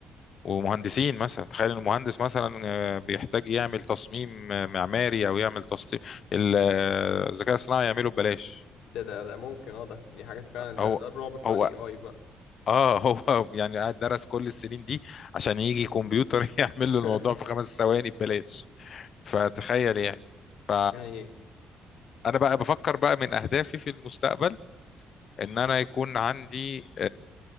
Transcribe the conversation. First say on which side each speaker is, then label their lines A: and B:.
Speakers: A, on the left; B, on the left.
A: ومهندسين مثلا تخيل ان المهندس مثلا آه، بيحتاج يعمل تصميم آه، معماري او يعمل تصميم ال- آه، الذكاء الصناعي يعمله ببلاش
B: ده ده ده ممكن اه ده دي حاجات فعلا ده
A: هو
B: ده الرعب بتاع
A: هو
B: الاي اي بقى
A: اه هو <laughs> يعني قاعد درس كل السنين دي عشان يجي كمبيوتر <laughs> يعمل
B: <laughs>
A: له الموضوع في خمس ثواني ببلاش فتخيل يعني ف
B: يعني
A: انا بقى بفكر بقى من اهدافي في المستقبل ان انا
B: امم
A: يكون عندي